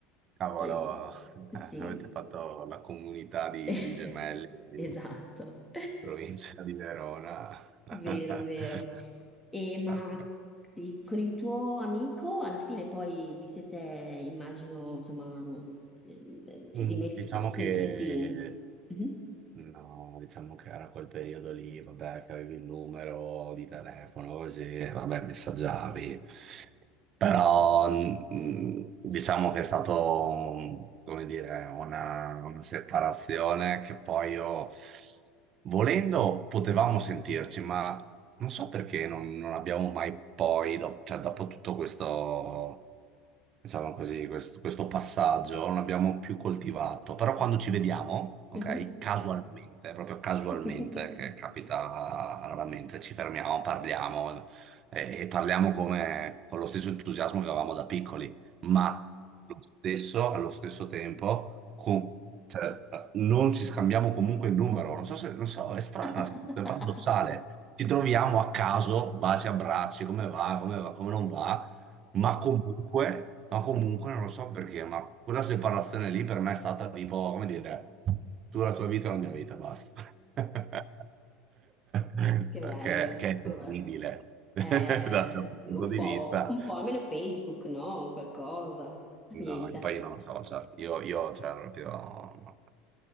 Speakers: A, on the right; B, in the centre.
A: Cavolo,
B: E,
A: <laughs>
B: sì,
A: avete fatto la comunità di,
B: <laughs>
A: di gemelli, di
B: esatto,
A: provincia di Verona. <laughs>
B: vero, vero. E, ma
A: Fantastico.
B: sì, con il tuo amico, alla fine poi vi siete, immagino, insomma, eh,
A: Mm,
B: rimessi-
A: Diciamo
B: sentiti.
A: che
B: Mhm.
A: No, diciamo che era quel periodo lì, vabbè, che avevi il numero di telefono, così, vabbè, messaggiavi. Però, mm, diciamo che è stato, mm, come dire, una, una separazione che poi io, volendo, potevamo sentirci, ma non so perché non, non abbiamo mai poi, do- cioè, dopo tutto questo Diciamo così, questo, questo passaggio non l'abbiamo più coltivato, però quando ci vediamo, ok,
B: Mhm.
A: casualmente, proprio casualmente,
B: Vedi?
A: che capita raramente, ci fermiamo, parliamo eh, e, parliamo come, con lo stesso entusiasmo che avevamo da piccoli, ma lo stesso, allo stesso tempo, con- cioè, eh, non ci scambiamo comunque il numero, non so se, non so, è strana,
B: <laughs>
A: è paradossale. Ci troviamo a caso, baci, abbracci, come va, come va, come non va. Ma comunque, ma comunque non lo so perché, ma quella separazione lì per me è stata tipo, come dire, tu la tua vita, la mia vita, basta. <laughs> Che,
B: Che bello,
A: che è
B: vabbè.
A: terribile <laughs> da
B: Eh,
A: un certo punto
B: sì, un
A: di
B: po',
A: vista.
B: un po', almeno Facebook, no? Qualcosa. Niente,
A: No, poi io non lo so, cioè, io, io cioè, proprio... no.